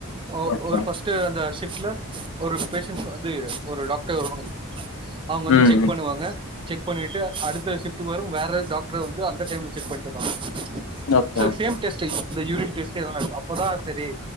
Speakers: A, on the right; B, on the left.
A: ஒ
B: ஓகே
A: ஒரு ஃபஸ்ட்டு அந்த ஷிஃப்ட்ல ஒரு பேஷன்ட்ஸ் அது ஒரு டாக்டர் வருவங்க அவங்க வந்து
B: ம்
A: செக்
B: ம்
A: க செக் பண்ணிட்டு அடுத்த ஷிஃப்ட் ட்டு வரு வேற டாக்ட்ர் வந்து அந் டைம்ல செக் பண்ட்ருப்பாங்க
B: ஓகே
A: சோ சேம் டெஸ்ட்டு இந்த யூரின் டெஸ் டு அப்போதா செரி